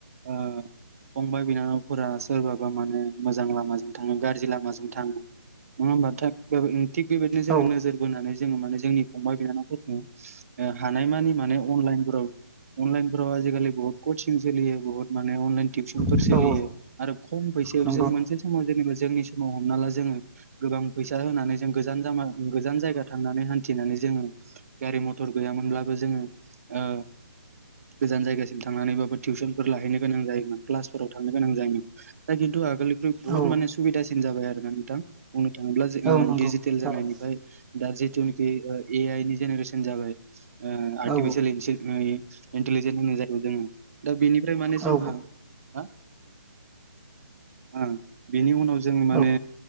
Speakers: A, on the right; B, in the centre.
A: ओ फंबाय बिनानावफोरा सोरबाबा माने मोजां लामाजों थाङो गारजि लामाजों थाङो नङाबा नोंथां बेब ओ थिग बेबायदिनो जोङो
B: औ
A: नोजोर बोनानै जोङो माने जोंनि फंबाय बिनानावफोरखो ओ हानायमानि माने अनलाइनफोराव अनलाइनफोराव आजिखालि बुहुत कचिं जोलियो बुहुत मा ने अनलाइन टिपसनफोर
B: औ
A: सोलियो आरो खम फैसायाव
B: नंगौ
A: जों मोनसे समाव जेनेबा जोंनि समाव हमना ला जोङो गोबां फैसा होनानै जों गोजान जामा गोजान जायगा थांनानै हान्थिनानै जोङो गारि मथर गैयामोनब्लाबो जोङो ओ गोजान जायगासिम थांनानैबाबो टिउसन फोर लाहैनो गोनां जायोमोन क्लास फोराव थांनो गोनां जायोमोन दा किनतु आगोलनिख्रुइ बुहुत
B: औ
A: माने सुबिदासि जाबाय आरो ना नोंथां बुंनो थाङोब्ला जो
B: औ
A: ओ
B: नंगौ
A: डिजिटेल
B: जाबाय
A: जानायनिफ्राय दा जि जेनेखि ओ ए आइनि जेनेरेसोन जाबाय। ओ आर्टिफिसियेल
B: औ
A: इन्टेलिजेन् होननाय जायो जोङो दा बिनि फ्राय माने जोंहा
B: औ
A: हा आ बेनि उनाव जोङो माने
B: औ